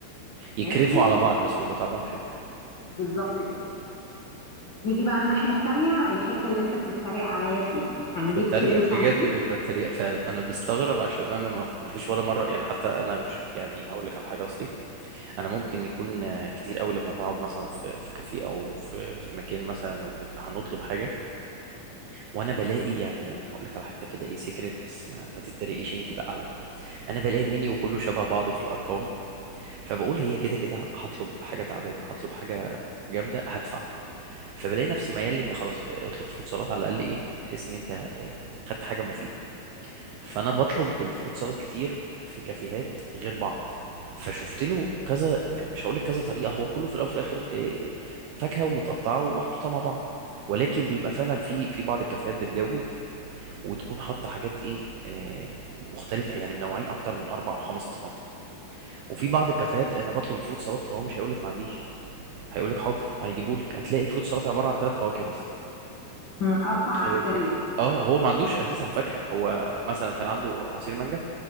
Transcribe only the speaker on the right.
يكرفوا
على بعض بس بيبقى طعمهم حلو كده
مش بتريق
بجد مش بتريق فعلا انا مستغرب عشان انا ما ما فيش ولا مره يعني حتى انا مش- يعني هقول لك على حاجه اصلي انا ممكن يكون آه، كتير قوي لما بقعد مثلا في في كافيه او في في مكان مثلا وبنبقى هنطلب حاجه وانا بلاقي يعني انا هقول لك على حته كده ايه سيكريت بس ما, ما تتريقيش انت بقى عليا انا بلاقي المنيو كله شبه بعضه في الارقام فبقول هي كده كده هطلب حاجه تعبانه هطلب حاجه جامده هدفع فبلاقي نفسي ميال ان خلاص آه، اطلب فروت سلطه على الاقل ايه تحس ان انت آه، خدت حاجه مفيده فانا بطلب بالفروت سلطات كتير في كافيهات غير بعض فشفت له كذا يعني مش هقول لك كذا طريقه هو كله في الاول وفي الاخر إيه، فاكهه ومتقطعه ومحطوطه مع بعض ولكن بيبقى فعلا في في بعض الكافيهات بتجود وتكون حاطه حاجات ايه آه، مختلفه يعني منوعين اكتر من اربع او خمس اصناف وفي بعض الكافيهات انا بطلب الفروت سلطات فهو مش هيقول لك ما عنديش هيقول لك حاضر هيجيبوا لك هتلاقي الفروت سلطات عباره عن ثلاث فواكه بس
خير
الفكرة اه هو ما عندوش اساسا فاكهه هو مثلا كان عنده عصير مانجا